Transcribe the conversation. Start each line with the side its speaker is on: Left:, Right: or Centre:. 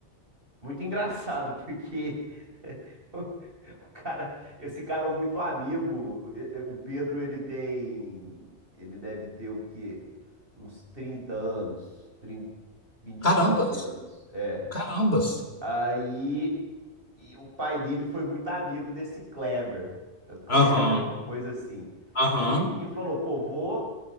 Right: Muito engraçado, porque <laughs> o cara, esse cara é muito amigo. E- e- O Pedro, ele tem. Ele deve ter o quê? Uns 30 anos, 30,
Left: Carambas,
Right: nove anos. É,
Left: carambas.
Right: Aí e o pai dele foi muito amigo desse Kleber, Kleber,
Left: Aham,
Right: uma coisa assim.
Left: aham,
Right: E, e falou: pô, vou